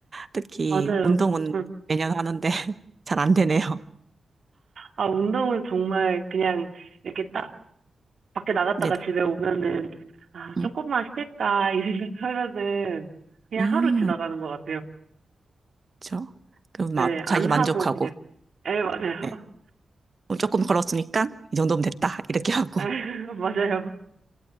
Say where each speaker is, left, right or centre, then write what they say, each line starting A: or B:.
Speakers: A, on the right; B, on the right.
A: 특히
B: 맞아요.
A: 운동은
B: 응.
A: 매년 하는데 <laughs> 잘 안 되네요.
B: 아, 운동은 정말 그냥 이렇게 딱 밖에 나갔다가
A: 네네.
B: 집에 오면은, 아,
A: 음,
B: 조금만 쉴까, <laughs> 이 생각하면은 그냥
A: 음,
B: 하루 지나가는 것 같아요.
A: 그렇죠. 그막
B: 네, 안
A: 자기 만족하고.
B: 하고 그냥, 에, 맞아요.
A: 네.
B: <laughs>
A: 어, 조금 걸었으니까 이 정도면 됐다. 이렇게 하고.
B: 에, 맞아요.